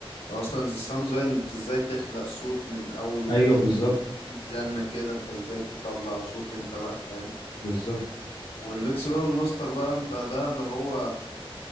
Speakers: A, on the left; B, on the left.
A: اصلا الساوند ديزاين انت ازاي تخلق صوت من اول وجديد
B: ايوه بالظبط
A: من از- ديك زنة كده انت ازاي تطلع صوت انت بقى فاهم
B: بالظبط
A: والميكس بقى والماستر بقى انت ده اللي هو